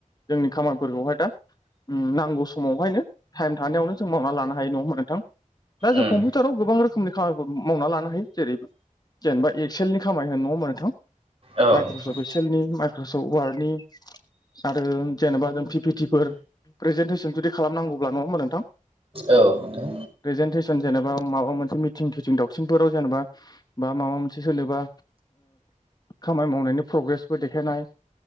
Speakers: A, on the left; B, on the right.
A: जोंनि खामानिफोरखौहाय दा नांगौ समावहायनो टाइम थानायावनो जों मावना लानो हायो नङा होनबा नोंथां दा जों
B: उम
A: कम्पिउटा टाराव गोबां रोखोमनि खामानिफोर मावना लानो हायो जेरै जेनेबा एक्सेलनि खामानि होन नङा होनबा नोंथां।
B: औ
A: माइक्रस'
B: नोंथां
A: बेसेलनि माइक्रस' वार्डनि। आरो जेनेबा जों पिफिटिफोर प्रेजेेनटेसन जुदि खालामनांगौब्ला नङा होमबा नोंथां
B: औ नोंथां
A: प्रेजेेनटेसन जेनेबा माबा मोनसे मिथिं थेथिं दावसिनफोराव जेनेबा बा माबा मोनसे सोरनोबा खामानि मावनायनि प्रग्रेसबो देखायनाय